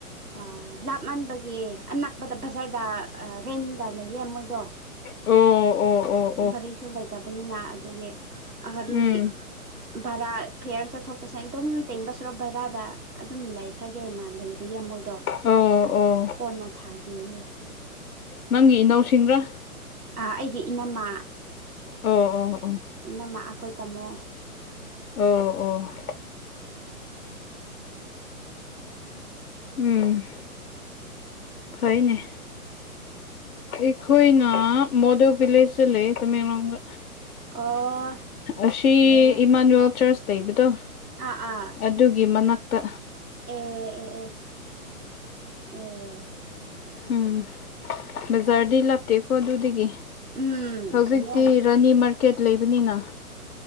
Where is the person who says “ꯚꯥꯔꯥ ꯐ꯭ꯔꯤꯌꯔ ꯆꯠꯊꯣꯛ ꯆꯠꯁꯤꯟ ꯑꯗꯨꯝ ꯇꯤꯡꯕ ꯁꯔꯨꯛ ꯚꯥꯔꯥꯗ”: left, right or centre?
Right